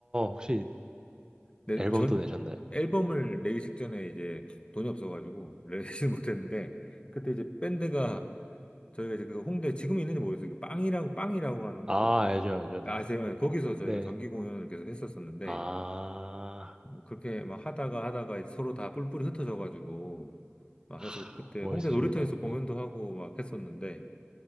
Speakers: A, on the right (about 20°); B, on the left (about 25°).
A: 혹시
B: 네,
A: 앨범도
B: 전
A: 내셨나요?
B: 앨범을 내기 직전에 이제 돈이 없어가지고 <laughs> 내지 못했는데 그때 이제 밴드가 저희가 이제 그 홍대 지금 있는지 모르겠어요. 그 빵이라고 빵이라고 하는
A: 아,
B: 그
A: 알죠, 알죠, 네.
B: 아세요? 네, 거기서 저희가
A: 네.
B: 정기 공연을 계속 했었었는데
A: 아,
B: 뭐 그렇게 막 하다가 하다가 이제 서로 다 뿔뿔이 흩어져가지고 막
A: 하,
B: 해서 그때
A: 멋있으십니다.
B: 홍대 놀이터에서 공연도
A: 네.
B: 하고 막 했었는데